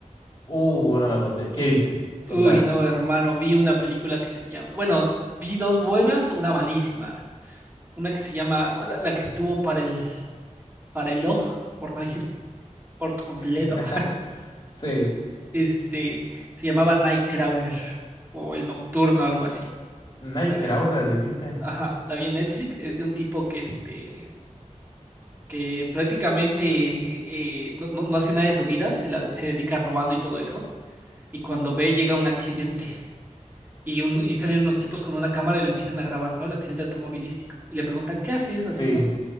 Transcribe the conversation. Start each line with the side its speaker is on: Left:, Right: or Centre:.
Left: Uh, no me contés. ¿Qué viste? Contame.
Right: Uy, no, hermano, vi una película que se llama, bueno, vi dos buenas, una malísima, una que se llama, o la, la que estuvo para el, para el ojo, por no decir por completo,
Left: <laughs> Sí.
Right: <laughs> este, se llamaba Nightcrawler o El Nocturno, algo así.
Left: ¿Nightcrawler
Right: La,
Left: dijiste?
Right: ajá, la vi en Netflix, es de un tipo que este que prácticamente eh, no, no- no hace nada de su vida, se, la, se dedica robando y todo eso, y cuando ve llega un accidente y, un- y salen unos tipos con una cámara y lo empiezan a grabar, ¿no? El accidente automovilístico, y le preguntan, ¿qué haces así,
Left: Sí,
Right: no?